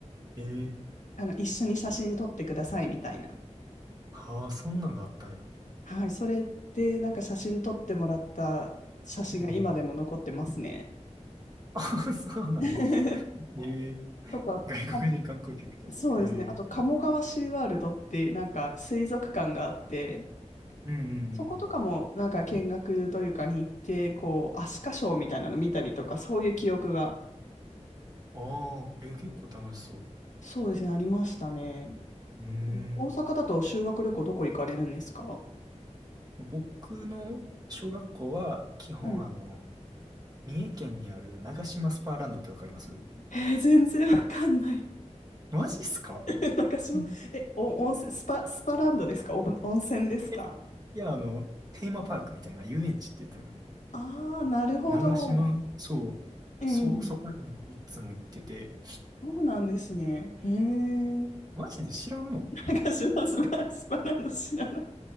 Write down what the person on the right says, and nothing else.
えー、
はあ、そんなんがあったんや。
うんうん。<laughs> そうなんや。
ね。ええ
外国人観光客と。
ええ
うんう
ん
うん。ああ、えー結構楽しそ
う。うーん。
僕の小学校は、基本あの、
三重県にある長島スパーランドってわかります
マジっすか
い
え、いや、あの、テーマパークみたいな遊園地って言ったよな。
長島、そう、
そう、そこにいつも行ってて、
マジで知らんの